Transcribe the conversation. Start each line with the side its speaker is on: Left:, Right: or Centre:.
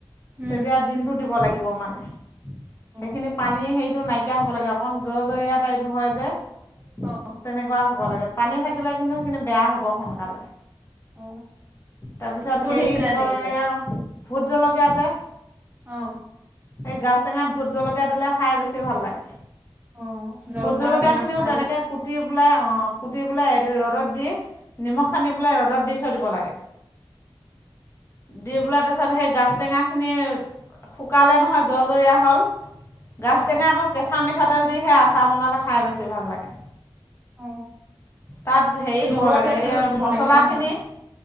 Right: উম
Left: তেতিয়া দিনটো দিব লাগিব মানে। সেইখিনি
Right: অ
Left: পানী হেৰিটো নাইকিয়া হ'ব লাগে, অকণ জৰ জৰীয়া টাইপ হয় যে।
Right: অ'।
Left: তেনেকুৱা হ'ব লাগে, পানী থাকিলে কিন্তু সেইখিনি বেয়া হ'ব সোনকালে।
Right: অ
Left: তাৰপিছত
Right: একো
Left: হেৰি
Right: উঠি যায়
Left: দিব
Right: চাগে
Left: লাগে এইয়া ভোট জলকীয়া যে।
Right: অ'।
Left: সেই গাজ টেঙাত ভোট জলকীয়া দিলে খাই বেছি ভাল লাগে।
Right: অ জ্বলা
Left: ভোট জলকীয়াখিনিও
Right: টেঙা হয়
Left: তেনেকে
Right: যে
Left: কুটি পেলাই অ' কুটি পেলাই ৰ'দত দি নিমখ, সানি পেলাই ৰ'দত দি থৈ দিব লাগে। দি পেলাই তাৰপিছত সেই গাাজ টেঙা খিনি শুকালে নহয়, জৰ্জৰীয়া হ'ল গাছ
Right: অ
Left: টেঙা আকৌ কেঁচা মিঠাতেল দি সেই আচাৰ বনালে খাই বেছি ভাল লাগে।
Right: অ
Left: তাত হেৰি
Right: এই ঘৰুৱা
Left: দিব লাগে
Right: তেলটো
Left: এইয়া
Right: দিব
Left: মছলাখিনি।
Right: লাগে ন